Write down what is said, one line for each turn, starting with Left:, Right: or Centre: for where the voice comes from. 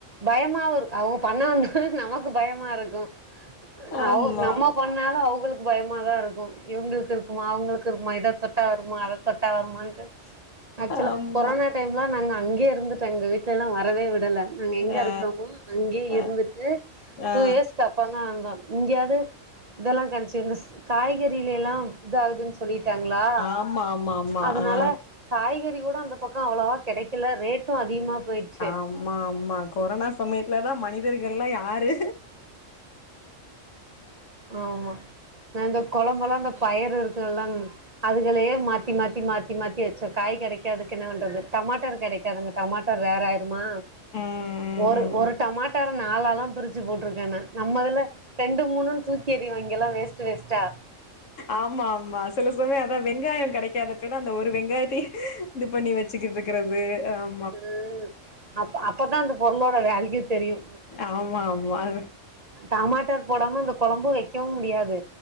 Right: பயமாவு இருக் அவுங்க பண்ண வந் நமக்கு பயமா இருக்கோ
Left: ஆமா
Right: அவு நம்ம பண்ணாலு அவுங்களுக்கு பயமாதா இருக்கோ இவுங்களுக்கு இருக்குமா அவுங்களுக்கு இருக்குமா இத தொட்டா வருமா அத தொட்டா வருமான்ட்டு ஆக்சுவலா
Left: ஆமா
Right: கொரோனா டைம்லா நாங்க அங்கேயே இருந்து எங்க வீட்லல்லா வரவே விடல நாங்க எங்க
Left: ஆ
Right: இருக்கிறோமோ அங்கேயே
Left: அ
Right: இருந்துட்டு
Left: ஆ
Right: டூ இயர்ஸ் சப்பனா வந்தோ இங்கயாவது இதெல்லா கடைச்சு ஸ் காய்கறில்ல எல்லா இதாகுதுன்னு சொல்லிட்டாங்களா
Left: ஆமா ஆமா ஆமா
Right: அதுனால
Left: ஆ
Right: காய்கறிக்கூட அந்த பக்க அவ்வளவா கெடைக்கல ரேட்டும் அதிகமா போயிருச்
Left: ஆமா ஆமா கொரனா சமயத்துலதா மனிதர்கள்ல்லா யாரு
Right: ஆமா இந்த கொழம்பல்லா அந்த பயறு இருக்குதுல்லங் அதுகுன்னே மாத்தி மாத்தி மாத்தி மாத்தி வச்சோ காய் கெடைக்காததுக்கு என்ன பண்றது டமாட்டர் கெடைக் க்காதுங்க டமாட்டர் ரேர் ஆயிருமா
Left: ம் ம்
Right: ஒரு
Left: ம்
Right: ஒரு
Left: ம்
Right: டமாட்டரு நாலல்லா பிரிச்சு போட்டுருக் ஏன்னா நம்மதுல ரெண்டு மூணுனு தூக்கெறிவாங்கல்ல எல்லா வேஸ்ட் வேஸ்ட்டா
Left: ஆமா ஆமா சில சமயம் அதா வெங்காயம் கெடைக்காதப்பெல்லா அந்த ஒரு வெங்காயத்தையே இது பண்ணி வச்சுக்கிட்ருக்கிறது ஆம்
Right: ம் அப் அப்பதா அந்த பொருளோட வேல்யூ தெரியோ
Left: ஆமா ஆமா அ
Right: டமாட்டர் போடாம அந்த கொழம்பு வைக்கவும் முடியாது